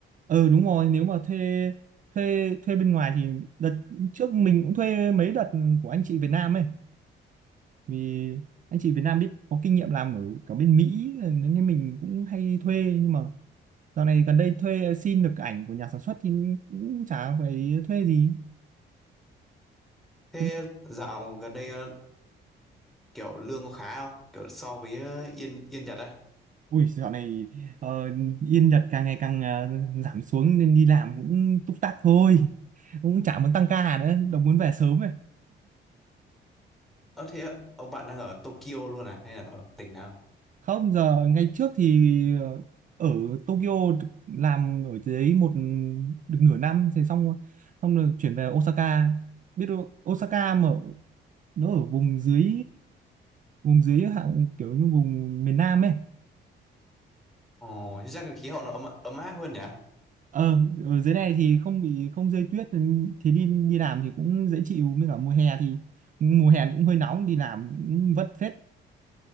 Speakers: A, on the right; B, in the centre.
A: ừ đúng rồi nếu mà thuê thuê thuê bên ngoài thì đợt trước mình cũng thuê mấy đợt của anh chị Việt Nam ấy vì anh chị Việt Nam biết có kinh nghiệm làm ở cả bên Mỹ nên mình cũng hay thuê nhưng mà dạo này gần đây thuê xin được ảnh của nhà sản xuất thì cũng chả phải thuê gì
B: Thế
A: Thế-
B: dạo gần đây ờ, kiểu lương có khá không? Kiểu so với ờ, Yên Yên Nhật á?
A: ui dạo này ờ, yên Nhật càng ngày càng ờ, giảm xuống nên đi làm cũng túc tắc thôi cũng chả muốn tăng ca nữa đâu muốn về sớm ấy
B: Ơ thế ạ, ông bạn đang ở Tokyo luôn à hay là ở tỉnh nào?
A: Không giờ ngày trước thì ờ, ở Tokyo làm ở dưới một được nửa năm thì xong xong rồi chuyển về Osaka. Biết đâu Osaka mà nó ở vùng dưới vùng dưới hạng kiểu như vùng miền Nam ấy.
B: Ồ, thế chắc là khí hậu nó ấm ấm áp hơn nhỉ?
A: Ờ ở dưới này thì không bị không rơi tuyết thì thì đi đi làm thì cũng dễ chịu với cả mùa hè thì mùa hè thì cũng hơi nóng đi làm cũng vất phết.